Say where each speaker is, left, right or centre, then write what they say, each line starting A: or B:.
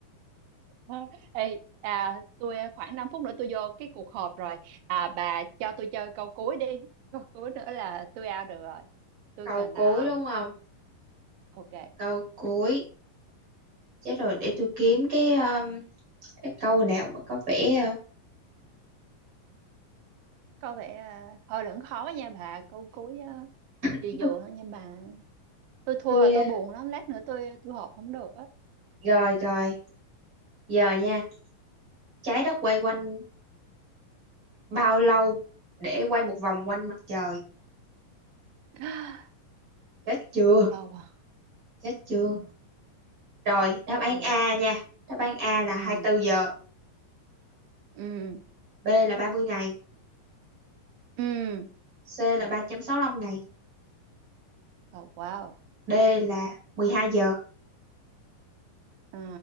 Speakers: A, on the right; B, on the right.
A: Ờ, Ê, à, tôi khoảng 5 phút nữa tôi vô cái cuộc họp rồi. À, bà cho tôi chơi câu cuối đi. Câu cuối nữa là tôi out được rồi. Tôi
B: câu
A: cần
B: cuối
A: à,
B: đúng không
A: ok.
B: câu cuối chết rồi để tôi kiếm cái um, cái câu nào mà có vẻ uh,
A: Có vẻ à, hơi lẫn khó nha bà. Câu cuối à,
B: <laughs>
A: vừa vừa thôi nha bà. Tôi thua
B: tôi
A: là tôi
B: uh,
A: buồn lắm. Lát nữa tôi à, tôi họp không được á.
B: rồi rồi giờ nha trái đất quay quanh bao lâu để quay một vòng quanh mặt trời
A: <gasps> <sighs>
B: chết chưa
A: Bao lâu à?
B: chết chưa rồi đáp án
A: Tôi
B: A
A: à,
B: nha đáp án A là
A: ừ
B: 24 giờ
A: ừ
B: B là ba mươi ngày
A: ừ.
B: C là 365 ngày
A: Oh, wow.
B: D là mười hai giờ
A: À,